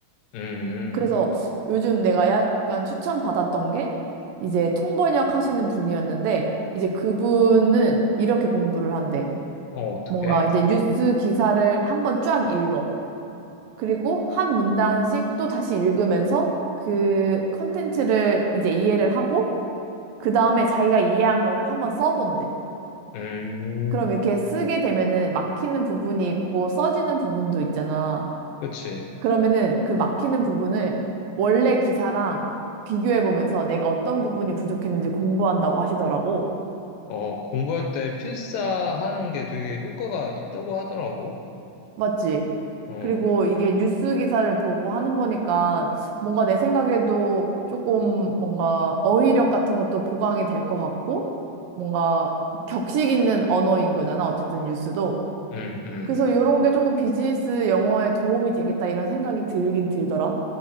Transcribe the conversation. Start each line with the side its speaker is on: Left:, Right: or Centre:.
Left: 음,
Right: 그래서
Left: 음.
Right: 요즘 내가 약간 추천받았던 게 이제 통번역 하시는 분이었는데 이제 그분은 이렇게 공부를 한대.
Left: 어, 어떡해?
Right: 뭔가 이제 뉴스 기사를 한번 쫙 읽어. 그리고 한 문단씩 또 다시 읽으면서 그 컨텐츠를 이제 이해를 하고 그 다음에 자기가 이해한 거를 한번 써본대.
Left: 음,
Right: 그럼 이렇게 쓰게 되면은 막히는 부분이 있고 써지는 부분도 있잖아.
Left: 그치.
Right: 그러면은 그 막히는 부분을 원래 기사랑 비교해보면서 내가 어떤 부분이 부족했는지 공부한다고 하시더라고.
Left: 어, 공부할 때 필사하는 게 되게 효과가 있다고 하더라고.
Right: 맞지?
Left: 어.
Right: 그리고 이게 뉴스 기사를 보고 하는 거니까 뭔가 내 생각에도 조금 뭔가 어휘력 같은 것도 보강이 될 것 같고 뭔가 격식 있는 언어인 거잖아. 어쨌든 뉴스도.
Left: 음, 음,
Right: 그래서 이런 게 조금 비즈니스 영어에 도움이 되겠다 이런 생각이 들긴 들더라.